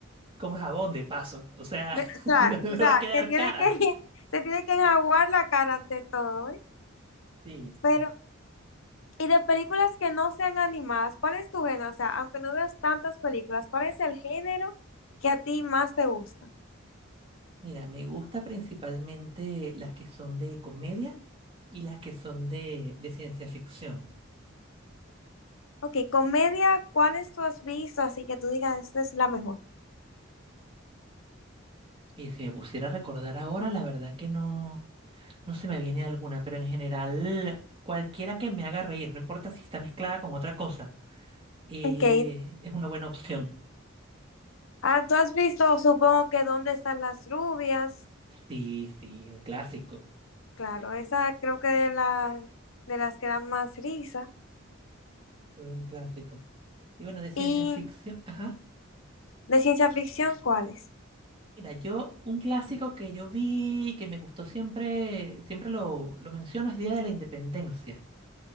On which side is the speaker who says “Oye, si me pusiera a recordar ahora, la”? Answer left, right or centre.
Right